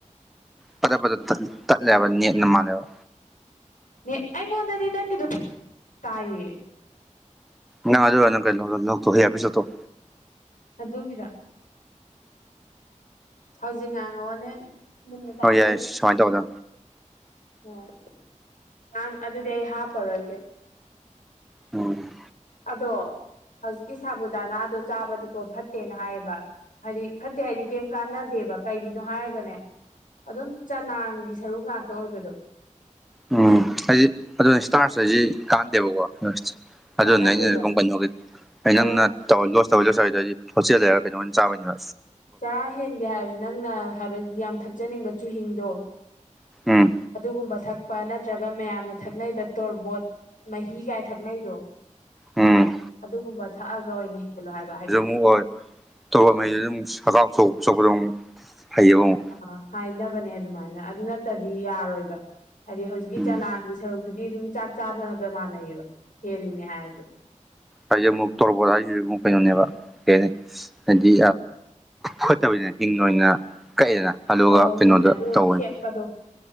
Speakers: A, in the centre; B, on the left.
A: ꯐꯠꯇ ꯐꯗ ꯇꯠꯂꯦꯕ ꯅꯦꯠꯅ ꯃꯥꯜꯂꯦꯕ
B: ꯅꯦ ꯑꯩꯉꯣꯟꯗꯗꯤ ꯅꯪꯒꯤꯗꯣ ꯇꯥꯏꯌꯦ
A: ꯅ ꯑꯗꯨꯣꯏ ꯑꯗꯨ ꯀ ꯅ ꯍꯌꯦꯁꯣ
B: ꯑꯗꯨꯒꯤꯔ ꯍꯧꯖꯤꯛ ꯉꯥꯡꯉꯛꯑꯣꯅꯦ ꯃꯨꯟꯅ ꯇꯥꯕ꯭ꯔꯥ
A: ꯍꯣꯏ ꯌꯥꯏ ꯁꯉꯥꯏ ꯇꯧꯗꯣ
B: ꯑꯣ ꯉꯥꯡ ꯑꯗꯨꯗꯤ ꯑꯩ ꯍꯥꯞꯄꯔꯣꯏꯒꯦ
A: ꯑꯝ
B: ꯑꯗꯣ ꯍꯧꯖꯤꯛꯀꯤ ꯁꯥꯕꯨꯨꯗꯥꯅꯥꯗꯣ ꯆꯥꯕꯗꯤꯀꯣ ꯐꯠꯇꯦꯅ ꯍꯥꯏꯌꯦꯕ ꯍꯥꯏꯗꯤ ꯐꯠꯇꯦ ꯍꯥꯏꯗꯤ ꯀꯩꯝ ꯀꯥꯟꯅꯗꯦꯕ ꯀꯩꯒꯤꯅꯣ ꯍꯥꯏꯔꯒꯅꯦ ꯑꯗꯨꯝ ꯆꯅꯥꯡꯒꯤ ꯁꯔꯨꯛ ꯉꯥꯛꯇ ꯑꯣꯏꯕꯗꯣ
A: ꯎꯝ ꯍꯥꯏꯗꯤ ꯑꯗꯨ ꯏꯁꯇꯥꯔꯁ ꯍꯥꯏꯁꯤ ꯀꯥꯟꯗꯦꯕꯀꯣ ꯑꯗꯨꯅꯦ
B: ꯀꯥꯟꯅꯗꯦꯕ
A: ꯑꯩꯅ ꯀꯩꯅꯣꯒꯤ ꯑ
B: ꯑꯗꯣ
A: ꯅꯪꯅ ꯇꯧ ꯂꯣ ꯇꯧꯋ ꯂꯣꯗꯗꯤ ꯍꯣꯁꯦꯜ ꯂꯩꯔꯒ ꯀꯩꯅꯣ ꯑꯣꯏꯅ ꯆꯥꯕꯅꯤꯅ
B: ꯆꯔꯥ ꯍꯦꯟꯒꯦ ꯍꯥꯏꯔꯁꯦ ꯅꯪꯅ ꯍꯥꯏꯕꯗꯤ ꯌꯥꯝ ꯊꯛꯆꯅꯤꯡꯕ ꯆꯨꯍꯤꯤꯡꯗꯣ
A: ꯎꯝ
B: ꯑꯗꯨꯒꯨꯝꯕ ꯊꯛꯄ ꯅꯠꯇ꯭ꯔꯒ ꯃꯌꯥꯝꯅ ꯊꯛꯅꯩꯔꯤꯕ ꯇꯣꯔꯕꯣꯠ ꯃꯍꯤ ꯀꯥꯏ ꯊꯛꯅꯩꯗꯣ
A: ꯎꯝ
B: ꯑꯗꯨꯒꯨꯝꯕ ꯊꯛꯑꯒ ꯑꯣꯏꯅ ꯍꯦꯜꯂꯣ ꯍꯥꯏꯕ ꯍꯥꯏꯗꯤ
A: ꯑꯣꯍꯣꯏ ꯑꯧꯕꯉꯩꯗ ꯑꯗꯨꯝ ꯁꯒꯥꯎꯊꯣꯛ ꯆꯄꯗ ꯑꯗꯨ ꯍꯩꯌꯦꯕ ꯑꯃꯨꯛ
B: ꯑ ꯍꯥꯏꯅꯕꯅꯦ ꯑꯗꯨꯃꯥꯏꯅ ꯑꯗꯨ ꯅꯠꯇꯗꯤ ꯌꯥꯔꯣꯏꯕ ꯍꯥꯏꯗꯤ ꯍꯧꯖꯤꯛꯀꯤ
A: ꯎꯝ
B: ꯆꯅꯥꯒꯤ ꯁꯔꯨꯛꯇꯨꯗꯤ ꯑꯗꯨꯝ ꯆꯥꯛ ꯆꯥꯕꯅꯒ ꯃꯥꯟꯅꯩꯌꯦꯕ ꯍꯦꯜꯂꯤꯅꯦ ꯍꯥꯏꯔꯁꯨ
A: ꯍꯥꯏꯁꯦ ꯑꯃꯨꯛ ꯇꯣꯔꯕꯣꯠ ꯍꯥꯏꯁꯤꯁꯨ ꯑꯃꯨꯛ ꯀꯩꯅꯣꯅꯦꯕ ꯀꯩ ꯍꯥꯏꯅꯤ ꯍꯥꯏꯗꯤ ꯐꯣꯠꯇꯕꯅꯤꯅ ꯍꯤꯡ ꯑꯣꯏꯅꯅ ꯀꯛꯑꯦꯗꯅ ꯑꯗꯨꯒ
B: ꯑꯧ
A: ꯀꯩꯅꯣꯗ
B: ꯍꯤꯡꯅ ꯑꯗꯨ
A: ꯇꯧꯕꯅꯤ
B: ꯈꯦꯠꯄꯗꯣ